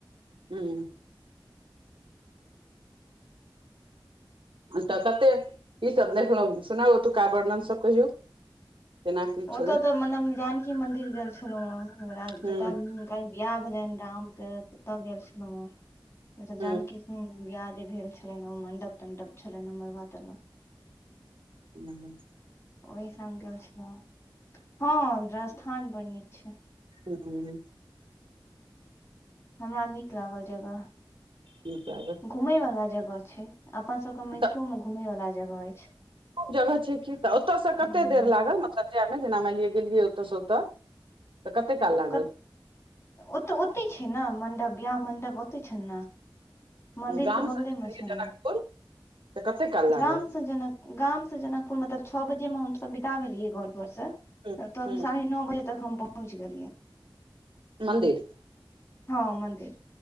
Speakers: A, on the right; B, on the left.
A: हूंम्म तऽ कते की सब देखलहुँ सुनाउ ओतुका वर्णनसभ कहियौ केना की छलै
B: ओतय तऽ मनेब जानकी मंन्दिर गेल छलहुँ हेँ जतय
A: हूं
B: बिआह भेलनि रामके तऽत गेल छलहुँ हेँ जेतऽ जानकी
A: हूं
B: संग हूंम्म बियाह जे भेल छेलैन ओ मंडप तंडप छलनि है मड़बा तरबा
A: ह <inaudible>
B: ओहि ठाम गेल छलहुँ हँ <unintelligible> हँ स्थान बड़ नीक छै
A: हूंम्म
B: हमरा नीक लागल जगह
A: नीक लागल
B: घुमयवला जगह छै अपनसभके
A: तऽ
B: मिथिलोमे घूमयवला जगह अछि।
A: जगह छै कि तऽ ओतयसँ कतेक
B: हूँ
A: देर लागल मतलब जायमे जेना मानि लिअ गेलियै ओतयसँ ओतय? तऽ कते काल लागल?
B: कत ओतऽ ओतहि छै ने मण्डप बियाह मण्डप ओतहि छैन ने। मंन्दिर
A: गाम
B: के बगले
A: से गेलियै
B: मे छै
A: जनकपुर
B: ना।
A: तऽ कते काल लागल
B: गाम से जेना गाम से जनकपुर मतलब छओ बजे मे हमसभ बिदा भेलियै घर पर से
A: ह
B: तहन
A: ह
B: साढ़े नओ बजे तक हम पहुँच गेलियै।
A: मन्दिर
B: हाँ मन्दिर।